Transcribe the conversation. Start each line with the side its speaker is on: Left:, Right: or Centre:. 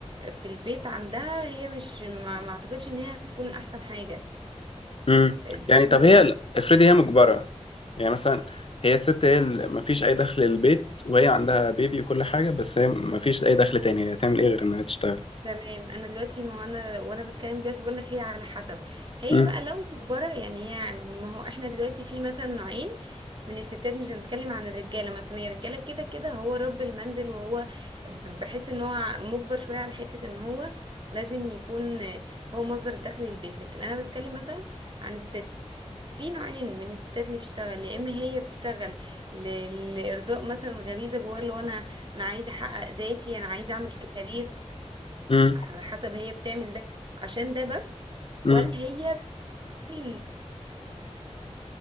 Right: في البيت عندها هي مش ما ما اعتقدش ان هي هتكون احسن حاجة
Left: مم.
Right: آه،
Left: يعني طب
Right: مثلا
Left: هي افرضي هي مجبره يعني مثلا هي الست هي ما فيش اي دخل للبيت وهي عندها بيبي وكل حاجه بس هي ما فيش اي دخل تاني هي هتعمل ايه غير انها تشتغل
Right: تمام انا دلوقتي ما هو انا وانا بتكلم دلوقتي بقول لك هي على حسب هي
Left: مم.
Right: بقى لو مجبره يعني هي ما هو احنا دلوقتي في مثلا نوعين من الستات مش هنتكلم عن الرجاله مثلا هي الرجاله كده كده هو رب المنزل وهو ب- بحس ان هو مجبر شويه على حته ان هو لازم يكون هو مصدر دخل للبيت لكن انا بتكلم مثلا عن الست في نوعين من الستات اللي بتشتغل يا اما هي بتشتغل ل- لارضاء مثلا غريزه جواها اللي هو انا انا عايزه احقق ذاتي انا عايزه اعمل كارير
Left: مم.
Right: على حسب هي بتعمل ده عشان ده بس
Left: مم.
Right: ولا هي بال...